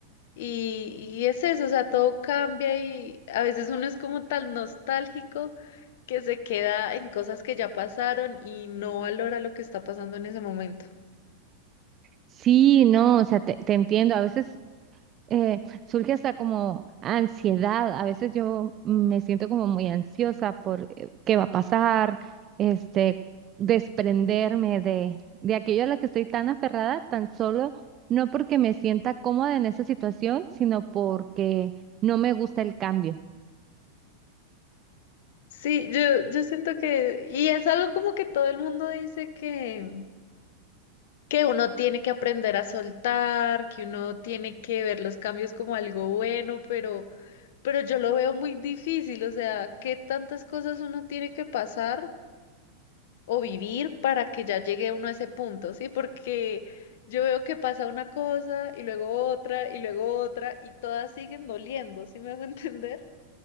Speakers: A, on the left; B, on the right.
A: Y, y es eso, o sea, todo cambia y a veces uno es como tan nostálgico que se queda en cosas que ya pasaron y no valora lo que está pasando en ese momento.
B: Sí, no, o sea, te, te entiendo. A veces eh, surge hasta como ansiedad. A veces yo me siento como muy ansiosa por eh, qué va a pasar, este, desprenderme de, de aquello a lo que estoy tan aferrada, tan solo no porque me sienta cómoda en esa situación, sino porque no me gusta el cambio.
A: Sí, yo, yo siento que, y es algo como que todo el mundo dice que, que uno tiene que aprender a soltar, que uno tiene que ver los cambios como algo bueno, pero, pero yo lo veo muy difícil, o sea, qué tantas cosas uno tiene que pasar o vivir para que ya llegue uno a ese punto, ¿sí? Porque yo veo que pasa una cosa y luego otra y luego otra y todas siguen doliendo, ¿sí me hago <laughs> entender?